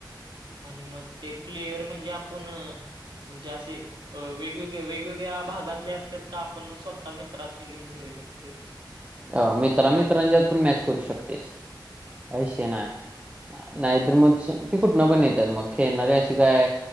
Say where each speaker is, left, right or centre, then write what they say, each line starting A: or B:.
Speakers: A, on the right; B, on the right.
A: आणि मग ते प्लेयर म्हणजे आपण म्हजेे आसे अ वेगवेगळ्या वेगवेगळ्या भागातले असत्यात. का आपण स्वतः मित्रासनि घेऊन खेळू शकतोय.
B: अ मित्रांमित्रांच्यात पण मॅच करू शकतोयस. अश
A: हे
B: ना नाहीतर
A: हा हा
B: मग ते कुठ नां पण येतात मग खेळणारी अशी काय